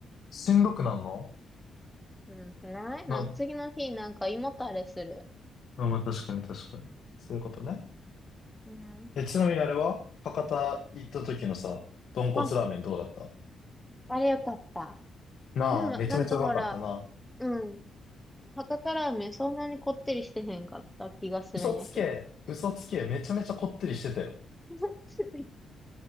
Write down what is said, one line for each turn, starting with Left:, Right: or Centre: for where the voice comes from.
Left: しんどくなんの
Centre: うん、ないなんか次の日なんか胃もたれする。
Left: なん、あまあ、確かに確かに。そういうことね。
Centre: うん。
Left: え、ちなみにあれは博多行った時のさ、豚骨ラーメンどうだった
Centre: あ、あれよかった。
Left: なあ、
Centre: でもなんかほら、
Left: めちゃめちゃうまかったな。
Centre: うん。博多ラーメンそんなにこってりしてへんかった気がするんやけど。
Left: 嘘つけ、嘘つけ、めちゃめちゃこってりしてたよ。
Centre: <laughs>